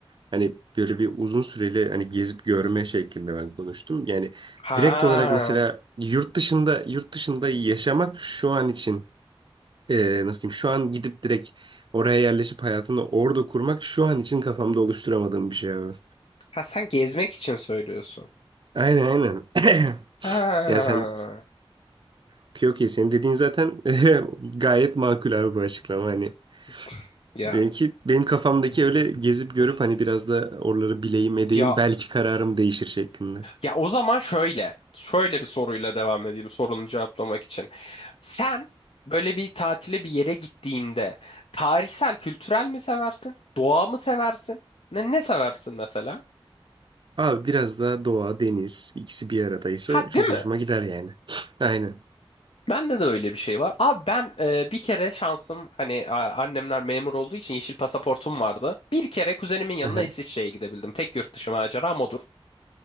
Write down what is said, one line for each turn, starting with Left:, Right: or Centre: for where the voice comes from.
Right: Hani böyle bir uzun süreli hani gezip görme şeklinde ben konuştum. Yani
Left: Ha.
Right: direkt olarak mesela yurt dışında yurt dışında yaşamak şu an için e, nasıl diyeyim şu an gidip direkt oraya yerleşip hayatını orada kurmak şu an için kafamda oluşturamadığım bir şey abi.
Left: Ha sen gezmek için söylüyorsun.
Right: Aynen aynen. <clears throat>
Left: Ha.
Right: Ya sen okey okey senin dediğin zaten <laughs> gayet makul abi bu açıklama hani.
Left: <laughs> Ya
Right: Benimki, benim kafamdaki öyle gezip görüp hani biraz da oraları bileyim
Left: ya
Right: edeyim belki kararım değişir şeklinde.
Left: ya o zaman şöyle. Şöyle bir soruyla devam edeyim sorunu cevaplamak için. Sen böyle bir tatile bir yere gittiğinde tarihsel, kültürel mi seversin? Doğa mı seversin? Ne, ne seversin mesela?
Right: Abi biraz daha doğa, deniz ikisi bir aradaysa
Left: Ha
Right: çok
Left: değil mi?
Right: hoşuma gider yani. <laughs> Aynen.
Left: Bende de öyle bir şey var. Abi ben e, bir kere şansım hani a- annemler memur olduğu için yeşil pasaportum vardı. Bir kere kuzenimin yanına
Right: Aha,
Left: İsviçre'ye gidebildim. Tek yurt dışı maceram odur.